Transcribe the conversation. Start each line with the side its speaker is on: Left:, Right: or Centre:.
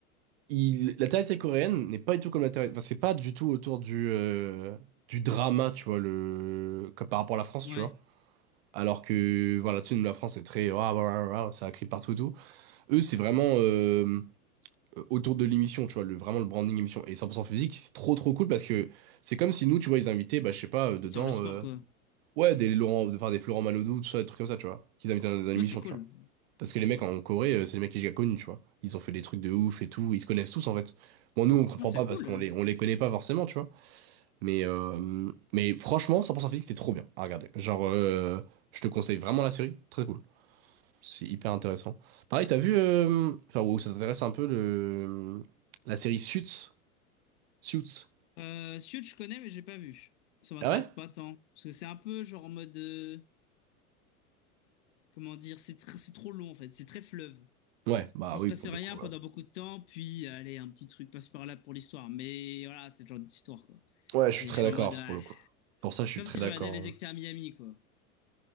Right: Il, la télé coréenne n'est pas du tout comme la télé. Enfin, c'est pas du tout autour du, euh, du drama, tu vois, le, comme par rapport à la France,
Left: ouais.
Right: tu vois. Alors que, voilà, tu sais, nous, la France est très. ah ah ah ah ça crie partout et tout. Eux, c'est vraiment. euh, euh, autour de l'émission, tu vois, le, vraiment le branding émission. Et 100% physique, c'est trop trop cool parce que c'est comme si nous, tu vois, ils invitaient, bah, je sais pas, euh, dedans,
Left: C'est Sur le sport,
Right: euh,
Left: quoi.
Right: ouais, des Laurent, enfin des Florent Manodou, tout ça, des trucs comme ça, tu vois, qu'ils invitaient dans, dans l'émission,
Left: Ouais, c'est cool.
Right: tu vois. Parce que les mecs en Corée, euh, c'est les mecs que j'ai connus, tu vois. Ils ont fait des trucs de ouf et tout, ils se connaissent tous en fait. Bon, nous, on comprend
Left: Ah, c'est
Right: pas
Left: cool.
Right: parce qu'on les, on les connaît pas forcément, tu vois. Mais, euh, mais franchement, 100% physique, c'était trop bien à regarder. Genre, euh, je te conseille vraiment la série, très cool. C'est hyper intéressant. Pareil, t'as vu, euh, enfin, wow, ça t'intéresse un peu le, la série Suits? Suits.
Left: Euh, Suits, je connais, mais j'ai pas vu. Ça m'intéresse
Right: Ah ouais?
Left: pas tant. Parce que c'est un peu genre en mode. euh, comment dire? C'est tr- c'est trop long, en fait. C'est très fleuve.
Right: Ouais, bah
Left: S'il
Right: oui,
Left: se passe
Right: pour
Left: rien
Right: le coup.
Left: pendant
Right: Ouais,
Left: beaucoup de temps, puis euh, allez, un petit truc passe par là pour l'histoire. Mais voilà, c'est le genre d'histoire, quoi.
Right: Ouais, je suis
Left: Et
Right: très
Left: je suis
Right: d'accord,
Left: en mode, ouais.
Right: pour le coup. Pour ça, je suis
Left: comme
Right: très
Left: si
Right: d'accord.
Left: je regardais les
Right: hein.
Left: experts Miami, quoi.